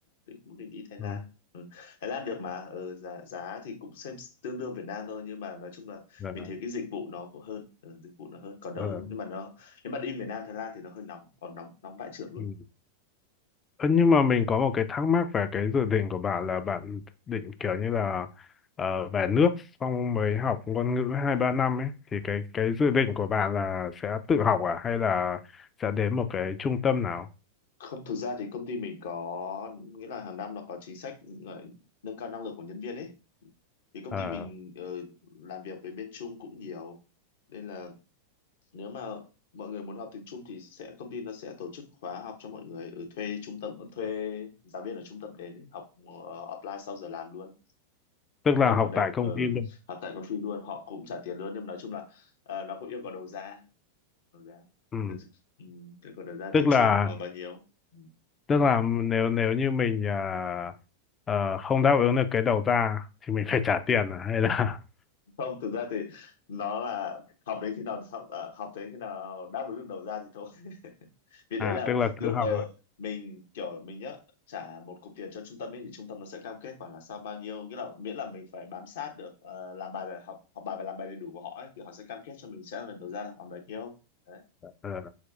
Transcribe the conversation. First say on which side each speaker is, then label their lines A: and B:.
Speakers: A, on the left; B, on the left.
A: thì cũng định đi Thái
B: Ừ.
A: Lan ừ. Thái Lan được mà ừ, giá giá thì cũng xem tương đương Việt Nam thôi nhưng mà nói chung là
B: Dạ.
A: mình thấy cái dịch vụ nó cũng hơn ừ, dịch vụ nó hơn còn đâu
B: Ờ.
A: nhưng mà nó nếu mà đi miền Nam Thái Lan thì nó hơi nóng còn nóng nóng vãi chưởng luôn
B: Ừ. Ơ, Nhưng mà mình có một cái thắc mắc về cái dự định của bạn là bạn định kiểu như là ờ, về nước xong mới học ngôn ngữ hai ba năm ấy thì cái cái dự định của bạn là sẽ tự học à hay là sẽ đến một cái trung tâm nào
A: không thực ra thì công ty mình có nghĩa là hàng năm nó có chính sách ờ, nâng cao năng lực của nhân viên ấy thì công
B: Ờ,
A: ty mình ờ, làm việc với bên Trung cũng nhiều nên là nếu mà mọi người muốn học tiếng Trung thì sẽ công ty nó sẽ tổ chức khóa học cho mọi người ở thuê trung tâm thuê giáo viên ở trung tâm đến ấy, học ờ, offline sau giờ làm luôn
B: tức là
A: tầm
B: học
A: khoảng đấy
B: tại công
A: ờ,
B: ty luôn
A: học tại công ty luôn họ cũng trả tiền luôn nhưng mà nói chung là ờ, nó cũng yêu cầu đầu ra đầu ra
B: ừ.
A: ừ, yêu cầu đầu ra
B: tức
A: tiếng
B: là
A: Trung là bao nhiêu Ừ.
B: tức là nếu nếu như mình à, ờ, không đáp ứng được cái đầu ra thì mình phải trả tiền à hay là <laughs>
A: không thực ra thì nó là học đến khi nào học, à, học đến khi nào đáp ứng được đầu ra thì thôi vì đấy
B: à
A: là
B: tức là cứ
A: lúc
B: học
A: ở
B: à?
A: mình kiểu mình nhá trả một cục tiền cho trung tâm ấy thì trung tâm nó sẽ cam kết khoảng là sau bao nhiêu cái là miễn là mình phải bám sát được ờ, làm bài là học học bài và làm bài đầy đủ của họ ấy, thì họ sẽ cam kết cho mình sẽ phải đầu ra là khoảng bao nhiêu đấy
B: Ờ,